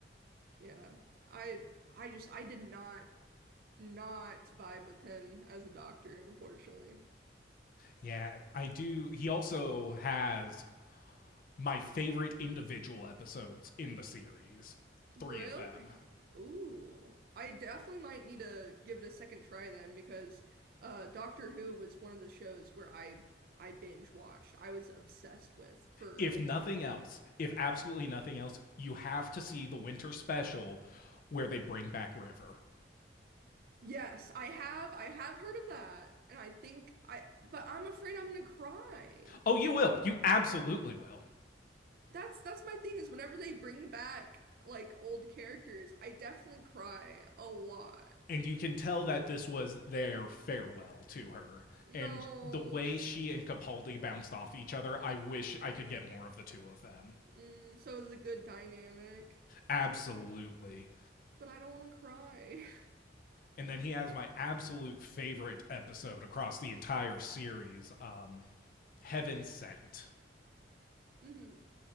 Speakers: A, on the right; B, on the left.
A: Yeah. I I just I did not not vibe with him as a doctor, unfortunately.
B: Yeah, I do. He also has my favorite individual episodes in the series.
A: Really?
B: 3 of them.
A: Ooh. I definitely might need to give it a second try then because uh Doctor Who was one of the shows where I I binge watched. I was obsessed with for
B: if
A: a long
B: nothing else, if absolutely nothing else, you have to see the winter special where they bring back River.
A: Yes, I have I have heard of that. And I think I but I'm afraid I'm gonna cry.
B: Oh, you will. You absolutely will.
A: That's that's my thing is whenever they bring back like old characters, I definitely cry a lot.
B: And you can tell that this was their farewell to her.
A: No.
B: And the way she
A: <laughs>
B: and Capaldi bounced off each other, I wish I could get more of the two of them.
A: Mm, so it's a good dynamic,
B: Absolutely.
A: but I don't want to cry.
B: And then he has my absolute favorite episode across the entire series um, Heaven Sent
A: <laughs> Mhm.